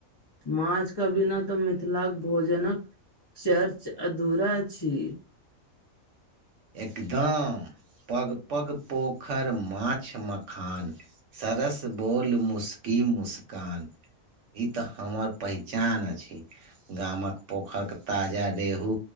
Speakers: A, on the left (about 40°); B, on the right (about 65°).
A: माछ के बिना तऽ मिथिलाक भोजनक चर्च अधूरा छी
B: एकदम पग पग पोखरि माछ मखान सरस बोल मुस्की मुस्कान ई तऽ हमर पहचान अछि गामक पोखर के ताजा रेहू